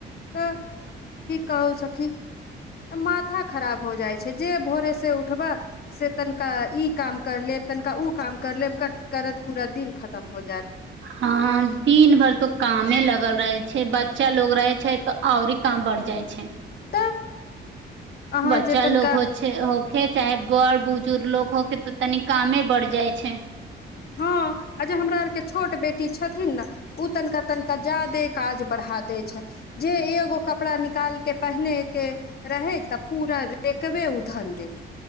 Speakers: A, on the left; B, on the right.
A: तऽ की कहू सखी। तऽ माथा खराब हो जाइ छै, जे भोरे से उ- उठबऽ से तनिका ई काम कर लेब, तनिका ओ काम कर लेब, करत करत पूरा दिन खतम हो जायत
B: हँ, दिन भरि तो कामे लग- लगल रहे छै। बच्चा लोग रहे छै तऽ आओरे काम बढ़ जाइ छै।
A: तऽ अहाँ
B: बच्चा
A: जे तनिका
B: लोग होइ छै होखे चाहे बड़-बुजुर्ग लोग होखे, तऽ तनी कामे बढ़ जाइ छै।
A: हँ, आ जे हमरा आरके छोट बेटी छथिन ने, उ तनिका तनिका ज्यादे काज बढ़ा दैत छथि। जे एगो कपड़ा निकालि कऽ पहिनयके रहै, तऽ पूरा रेकबे उधल देत।